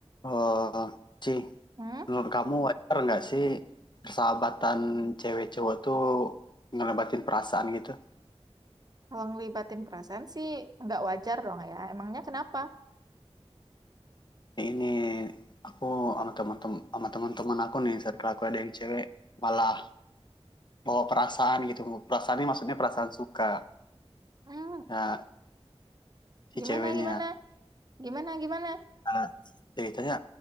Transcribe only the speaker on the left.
Eh, Ci,
menurut kamu wajar nggak sih persahabatan cewek cowok tuh ngelebatin perasaan gitu?
Ini aku sama teman-teman sama teman-teman aku nih, circle aku ada yang cewek malah bawa perasaan gitu. Perasaan ini maksudnya perasaan suka
ya si
ceweknya.
Nah, ceritanya